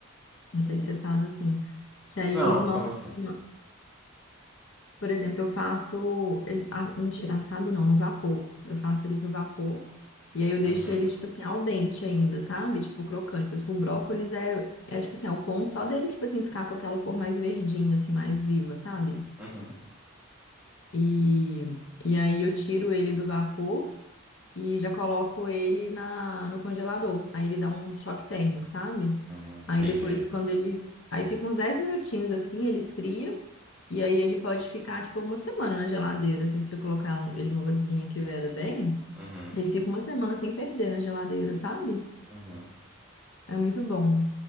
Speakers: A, on the left; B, in the centre.
A: Não sei
B: N-
A: se você faz assim. Que
B: Não,
A: aí eles mantêm.
B: como assim?
A: Por exemplo, eu faço. Ele, ah, mentira, assado não, no vapor. Eu faço eles no vapor. E aí eu deixo
B: Uhum.
A: eles, tipo assim, ao dente ainda, sabe? Tipo, crocante. Por exemplo, o brócolis é, é tipo assim, é o ponto só dele, tipo assim, ficar com aquela cor mais verdinha, assim, mais viva, sabe?
B: Uhum.
A: E, e aí eu tiro ele do vapor e já coloco ele na, no congelador. Aí ele dá um choque térmico, sabe?
B: Uhum.
A: Aí
B: Entendi.
A: depois, quando ele. Aí fica uns 10 minutinhos assim, ele esfria. E aí ele pode ficar, tipo, uma semana na geladeira. Assim, se você colocar um- ele numa vasilhinha que veda bem,
B: Uhum.
A: ele fica uma semana sem perder na geladeira, sabe?
B: Uhum.
A: É muito bom.